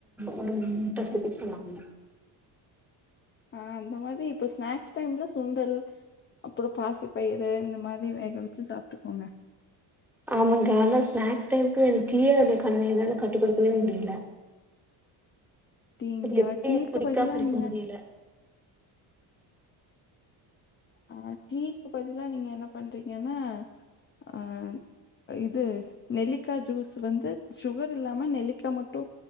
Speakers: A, in the centre; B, on the left (about 25°).
A: ஒரு முட்ட சேத்துக்க சொன்னாங்க
B: ஆஹ் அந்த மாதி இப்ப ஸ்நாக்ஸ் டைம்ல சுண்டல் அப்பறோ பாசிப்பயிறு இந்த மாதி வேக வெச்சி சாப்ட்டுக்கோங்க
A: ஆமாங்கா ஆனா ஸ்நாக்ஸ் டைமுக்கு டி யா என்னால கட்டுப்படுத்தவே முடியல
B: டிங்களா
A: அது எப்டி
B: டீக்கு
A: குடிக்காம
B: பத்திலா
A: இருக்க
B: நீங்க
A: முடியல
B: ஆஹ் டீக்கு பதிலா நீங்க என்ன பண்றீங்கன்னா ஆஹ் இது நெல்லிக்கா ஜூஸ் வந்து சுகர் இல்லாம நெல்லிக்கா மட்டு